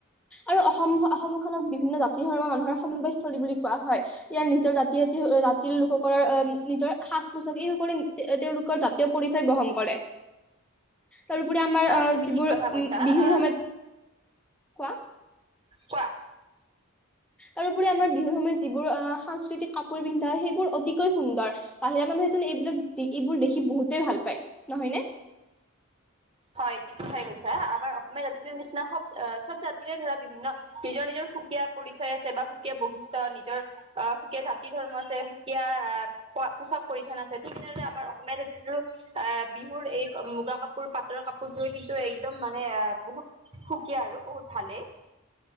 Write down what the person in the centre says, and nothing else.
আৰু অসম আহ অসম খনক বিবি। ই তা <unintelligible> জাতি ধৰ্মৰ মানুহৰ সমবয়স্থলী বুলি কোৱা হয় ইয়াৰ নিজৰ জাতিতি জাতিৰ লোকসকলৰ আহম নিজৰ। সাজ পোছাক এইসকলে তেওঁলোকৰ জাতীয় পৰিচয় বহন কৰে। তাৰোওপৰি আমাৰ
যিবোৰ
বিহুৰ
সময়ত কোৱা।
তাৰওপৰি আমাৰ বিহুৰ সময়ত যিবোৰ আহ সাংস্কৃতিক কাপোৰ পিন্ধা সেইবোৰ অতিকৈ সুন্দৰ বাহিৰা মানুহবোৰ এইবিলাক এইবোৰ দেখি বহুতেই ভাল পায় নহয়নে?